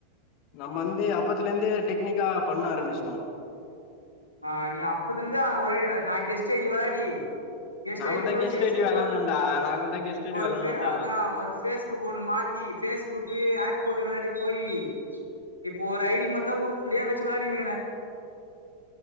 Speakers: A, on the left; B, on the left.
A: நம்ம வந்து அப்பத்துலருந்தே டெக்னிக்கா பண்ண ஆரம்பிச்சிட்டோ
B: ஆ நீ அப்போதுருந்து ஓரையடி நா கெஸ்ட்ய ஐ டி விளாடி ஹெஸ்ட்
A: நா
B: ஐ டி
A: கூடதா
B: இலந்து ஒரு
A: கெஸ்ட்
B: பேஸ்புக்
A: ஐடி வெளாட்னேன்டா நா கூடதா கெஸ்ட் ஐடி
B: ஒரு
A: வெளாட்னேன்டா
B: அதா ஒரு பேஸ்புக் ஒண்ணு மாத்தி பேஸ்புக் ஆக் போட்டு விளாயாடி போய் இப்போ ஒரு ஐ டி மட்டுந்தா உருப்படியா வச்சி விளாடினுக்கிறே